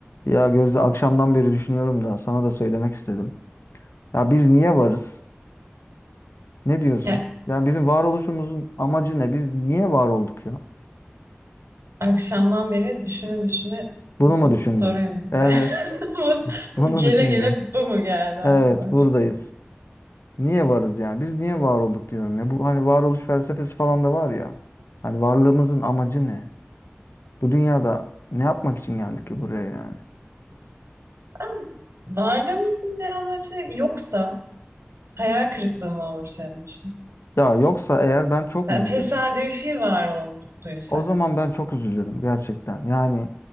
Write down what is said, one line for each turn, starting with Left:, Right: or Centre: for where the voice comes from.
Left: Ya Gözde akşamdan beri düşünüyorum da sana da söylemek istedim. Ya biz niye varız? Ne diyorsun?
Right: Ya,
Left: Ya bizim varoluşumuzun amacı ne? Biz niye var olduk ya?
Right: akşamdan beri düşüne düşüne
Left: Bunu
Right: bu
Left: mu düşündün?
Right: soruyu
Left: Evet,
Right: <laughs> bu,
Left: bunu
Right: bu gele
Left: düşündüm.
Right: gele bu mu geldi aklıma?
Left: Evet, buradayız. Niye varız yani? Biz niye var olduk diyorum ya. Bu hani varoluş felsefesi falan da var ya. Hani varlığımızın amacı ne? Bu dünyada ne yapmak için geldik ki buraya yani?
Right: Ben- varlığımızın bir amacı yoksa hayal kırıklığı mı olur senin için?
Left: Ya yoksa eğer ben çok
Right: Yani
Left: üzülürüm.
Right: tesadüfi var olduysak.
Left: O zaman ben çok üzülürüm gerçekten. Yani